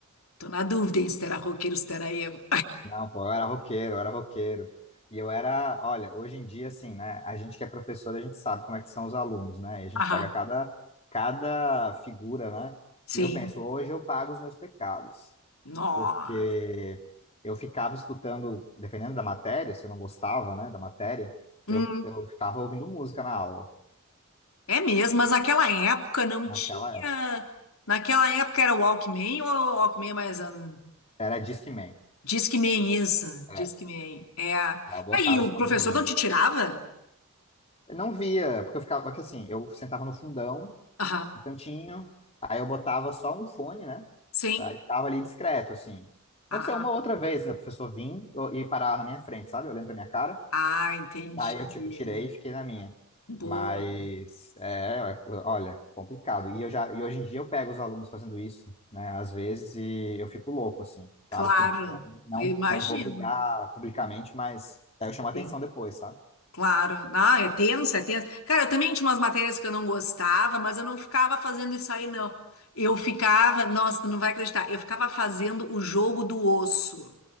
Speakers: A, on the left; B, on the left.
A: tô na dúvida em se terá roqueiro, se terá emo.
B: Não, pô, eu era roqueiro, eu era roqueiro. E eu era, olha, hoje em dia, assim, né? A gente que é professor, a gente sabe como é que são os alunos, né? E a gente
A: Aham,
B: pega cada, cada figura, né?
A: <laughs> sim.
B: E eu penso, hoje eu pago os meus pecados,
A: Nó.
B: porque eu ficava escutando, dependendo da matéria, se eu não gostava, né, da matéria,
A: Hum,
B: eu, eu ficava ouvindo música na aula,
A: é mesmo, mas naquela época não
B: naquela
A: tinha.
B: época.
A: Naquela época era o Walkman ou o Walkman é mais. Hum,
B: Era Discman,
A: Discman, isso.
B: é,
A: Discman. É.
B: eu botava
A: Aí o
B: escondidinho.
A: professor não te tirava?
B: Eu não via, porque eu ficava, porque assim, eu sentava no fundão,
A: Aham,
B: no cantinho, aí eu botava só um fone, né?
A: sim.
B: Tá? E ficava ali discreto, assim.
A: Ah,
B: Aconteceu uma outra vez, né? O professor vinha e parava na minha frente, sabe? Olhando pra minha cara.
A: ah, entendi.
B: Aí eu, tipo, tirei e fiquei na minha.
A: Boa.
B: Mas, é, olha, complicado. E eu já, e hoje em dia eu pego os alunos fazendo isso, né? Às vezes, e eu fico louco, assim. Claro
A: Claro,
B: que não,
A: eu imagino.
B: não vou brigar publicamente, mas aí eu chamo a atenção
A: Sim.
B: depois, sabe?
A: Claro. Ah, é tenso, é tenso. Cara, eu também tinha umas matérias que eu não gostava, mas eu não ficava fazendo isso aí, não. Eu ficava, nossa, tu não vai acreditar, eu ficava fazendo o jogo do osso.